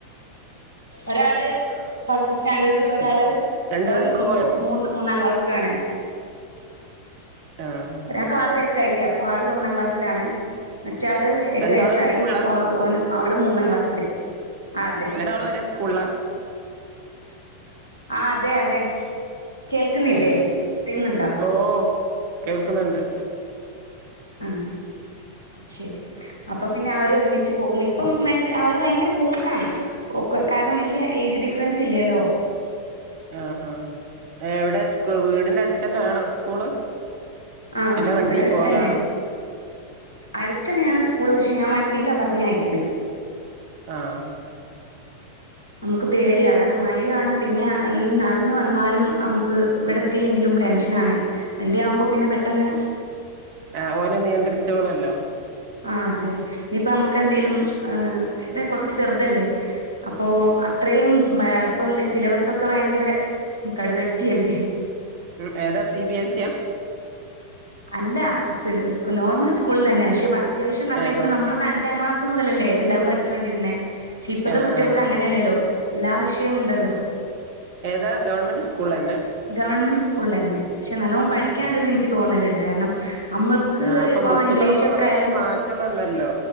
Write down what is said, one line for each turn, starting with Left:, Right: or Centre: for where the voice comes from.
Left: ഒരാള് ഫസ്റ്റ് സ്റ്റാൻഡേ ലും ഒരാള്
Right: ഏഹ് രണ്ടാള്
Left: എ
Right: സ്കൂള് പോയോ
Left: മൂന്ന് മൂന്നാം ക്ലാസ്സിലു ആണ്
Right: ആഹ്
Left: ഒരാക്കാറ് വയസ്സായില്ലേ അപ്പോ ആള് ഒന്നാം ക്ലാസ്സിലാണ് മറ്റാള് എട്ട്
Right: രണ്ടാളും
Left: വയസ്സായി
Right: ഒരു സ്കൂളിലാ
Left: അപ്പൊ ഓന് അവള് മൂന്നാം ക്ലാസ്സില് അതെ
Right: ണ്ടാളും ഒരേ സ്കൂൾ ളാ
Left: ആഹ് അതെ അതെ കേൾക്കുന്നില്ലേ
Right: ഏഹ്
Left: അറിയുന്നുണ്ടോ
Right: ഓ കേൾക്ക്ന്ന്ണ്ട്
Left: ആഹ് ശെരി അപ്പൊ പിന്നെ അവരൊരുമിച്ച് പോകും ഇപ്പം ഭയങ്ക അവര് ഭയങ്കര കൂട്ടാണ് ഒക്കെ കാരണം വെല്യ എയ്ജ് ഡിഫൻസ് ല്ലല്ലോ
Right: ആഹ് ആഹ് എവടെ സ്കൂ വീട്നട്ത്തെന്നാണോ സ്കൂള്
Left: ആഹ്
Right: അല്ലെ വണ്ടി
Left: ഇവടട്ത്തെന്നെ
Right: പോവലാണോ
Left: അട്ത്തെന്നെണ് സ്കൂള് പക്ഷെ ഞാൻ വണ്ടീലാ പർഞ്ഞയക്കല്
Right: ആഹ്
Left: നമുക്ക് പേടിയാ കാരണം മഴയാണ് പിന്നെ നടന്ന് വന്നാലും നമുക്ക് ഇവടെത്തില്ലെങ്കിലും ടെൻഷനാണ് വണ്ടിയാകുമ്പൊ പിന്നെ പെട്ടെന്ന്
Right: ആ ഓലെ നിയന്ത്രിച്ചോളല്ലോ
Left: ആ അതെ ഇനിപ്പ നമ്മുക്ക് എന്തേലും ഇപ്പ കൊറച്ച് ചെറുതല്ലേ അപ്പോ അത്രയും ഇപ്പൊ സിലബസ ക്കെ ഭയങ്കര കടുവട്ടിയല്ലേ
Right: ഉ ഏതാ സി ബി എസ് സിയ
Left: അല്ല നോർമൽ സ്കൂളിൽ തന്നെ പക്ഷെ അത്യാവശ്യം നല്ല
Right: ഏഹ്
Left: ഇപ്പ
Right: ഗോ
Left: നമ്മള അഞ്ചാം ക്ലാസ് മുതലല്ലേ എല്ലാം പഠിച്ചുകൊണ്ടിരുന്നേ പക്ഷെ ഇപ്പഴത്തെ
Right: ആഹ്
Left: കുട്ടികൾക്ക്
Right: ആഹ്
Left: അങ്ങനെയല്ലല്ലോ എല്ലാ വിഷയോണ്ടല്ലോ
Right: ഏതാ ഗവൺമെൻറ് സ്കൂളിലന്നെ
Left: ഗവൺമെന്റ് സ്കൂളിലന്നെ പക്ഷെ നല്ലോം പഠിക്കാണ്ടന്ന്
Right: ആഹ്
Left: എനിക്ക് തോന്നലുണ്ട് കാരണം അമ്മക്ക്
Right: ആഹ് അപ്പൊ
Left: ഇപ്പൊ
Right: ബുക്കുകളൊക്കെ
Left: ഇംഗ്ലീഷൊക്കായാലും
Right: കൊറേ മാറ്റം വന്നല്ലോ